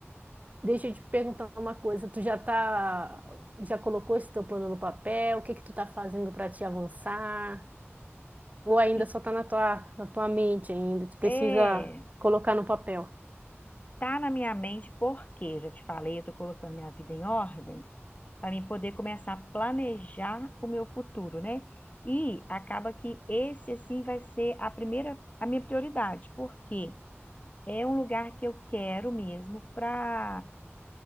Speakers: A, on the right; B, on the left.
A: Deixa eu te perguntar uma coisa, tu já tá, já colocou esse teu plano no papel? O que que tu tá fazendo para te avançar? Ou ainda
B: E
A: só tá na tua, na tua mente ainda, tu precisa
B: é.
A: colocar no papel.
B: Tá na minha mente porque, já te falei, eu tô colocando minha vida em ordem para mim poder começar a planejar o meu futuro, né? E acaba que esse assim vai ser a primeira, a minha prioridade, porque é um lugar que eu quero mesmo para